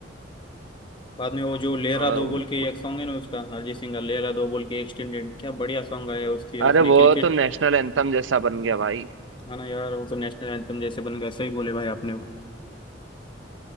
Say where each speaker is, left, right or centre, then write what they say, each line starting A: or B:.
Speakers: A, on the left; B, on the right.
A: बाद में वो जो लहरा
B: और
A: दो बोल के
B: उस
A: एक सॉन्ग है ना उसका अरिजीत सिंह का लहरा दो बोल के एक्सटेंडेड क्या बढ़िया सॉन्ग आया है उसके
B: अरे
A: उसने
B: वो
A: क्रिकेट
B: तो नेशनल एंथम जैसा बन गया भाई
A: है ना यार वो तो नेशनल एंथम जैसे बन गया सही बोले भाई आपने